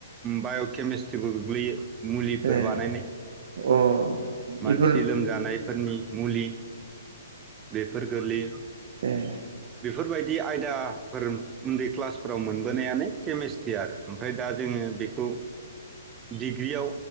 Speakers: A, on the right (about 20°); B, on the right (about 55°).
A: बायकेमिस्ट्रिबो गोग्लैयो। मुलिफोर
B: ए
A: बानायनाय
B: अ
A: मानसि
B: इफोर
A: लोमजानायफोरनि मुलि। बेफोर गोलैयो
B: ए
A: बेफोरबायदि आयदा फोर उन्दै क्लासफोराव मोनो <unintelligible> केमिस्ट्रि आरो ओमफ्राय दा जोङो बेखौ डिग्रियाव